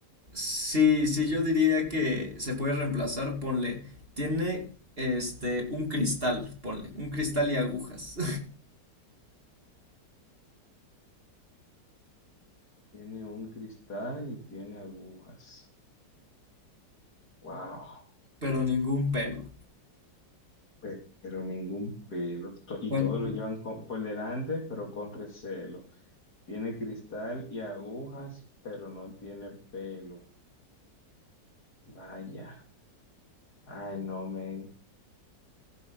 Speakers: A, on the right; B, on the left.
A: sí, sí, yo diría que se puede reemplazar, ponle, tiene este un cristal, ponle, un cristal y agujas.
B: Tiene un cristal y tiene agujas. Wow,
A: pero ningún pelo.
B: pe- pero ningún pelo. To- y
A: Bueno,
B: todo lo llevan con- por delante, pero con recelo. Tiene cristal y agujas, pero no tiene pelo. Vaya. Ay, no, men.